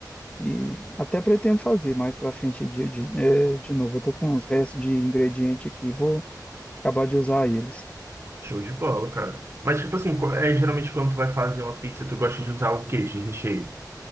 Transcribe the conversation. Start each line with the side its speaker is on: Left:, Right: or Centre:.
Left: e até pretendo fazer mais para frente de, de, eh, de novo. Eu tô com uns restos de ingrediente aqui, vou acabar de usar eles.
Right: Show de bola, cara. Mas, tipo assim, qu- é, geralmente quando tu vai fazer uma pizza, tu gosta de usar o quê de recheio?